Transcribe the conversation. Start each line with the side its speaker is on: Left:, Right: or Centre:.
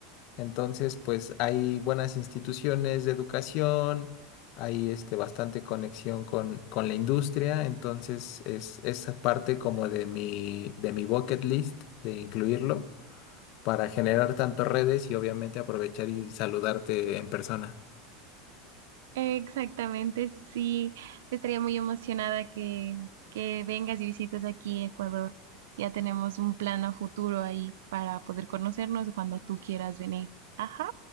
Left: Entonces, pues hay buenas instituciones de educación, hay este, bastante conexión con, con la industria. Entonces, es, es parte como de mi, de mi bucket list de incluirlo para generar tantas redes y obviamente aprovechar y saludarte en persona.
Right: Exactamente, sí. Estaría muy emocionada que, que vengas y visites aquí Ecuador. Ya tenemos un plan a futuro ahí para poder conocernos cuando tú quieras venir. Ajá,